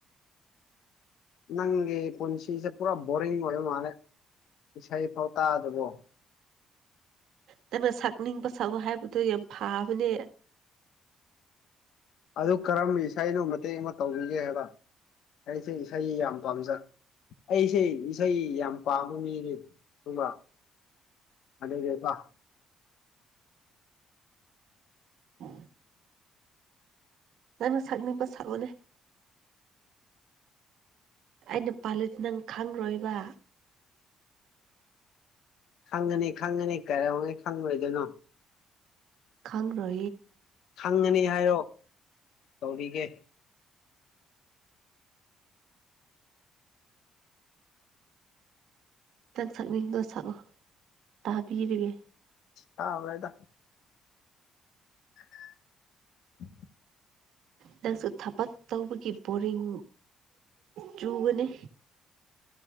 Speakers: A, on the left (about 70°); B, on the right (about 75°).
A: ꯅꯪꯒꯤ ꯄꯨꯟꯁꯤꯁꯦ ꯄꯨꯔꯥ ꯣꯔꯤꯡ ꯑꯣꯏ ꯃꯥꯅꯦꯦ ꯏꯁꯩꯐꯥꯎ ꯇꯥꯗꯕꯣ
B: ꯅꯪꯩꯅ ꯁꯛꯅꯤꯡꯕ ꯁꯛꯎ ꯍꯥꯏꯕꯗꯣ ꯌꯥꯝ ꯐꯕꯅꯦ
A: ꯑꯗꯨ ꯀꯔꯝꯕ ꯏꯁꯅꯣ ꯃꯇꯦꯛ ꯑꯃ ꯇꯧꯕꯤꯒꯦ ꯍꯥꯏꯕ ꯑꯩꯁꯦ ꯏꯁꯩ ꯌꯥꯝ ꯄꯥꯝꯖ ꯑꯩꯁꯦ ꯏꯁꯩ ꯌꯥꯝ ꯄꯥꯝꯕ ꯃꯤꯅꯤ ꯑꯗꯨꯒ ꯑꯗꯤꯀꯣ
B: ꯎ ꯅꯪꯅ ꯁꯛꯅꯤꯡꯕ ꯁꯥꯛꯑꯣꯅꯦ ꯑꯩꯅ ꯄꯥꯂꯨꯗꯤ ꯅꯪ ꯈꯪꯉꯣꯏꯕ
A: ꯈꯪꯉꯅꯤ ꯈꯪꯉꯅꯤ ꯀꯔꯧꯩ ꯈꯪꯉꯣꯏꯗꯣꯏꯅꯣ
B: ꯈꯪꯔꯣ
A: ꯈꯪꯉꯅꯤ ꯍꯥꯏꯔꯣ ꯇꯧꯔꯤꯒꯦ
B: ꯈꯤꯇꯪ ꯁꯛꯅꯤꯡꯗꯣ ꯁꯛꯂꯣ ꯇꯥꯕꯤꯔꯒꯦ
A: ꯥ ꯃꯕꯗ <unintelligible>
B: ꯅꯪꯁꯨ ꯊꯕꯛ ꯇꯧꯕꯒꯤ ꯕꯣꯔꯤꯡ ꯆꯨꯒꯅꯤ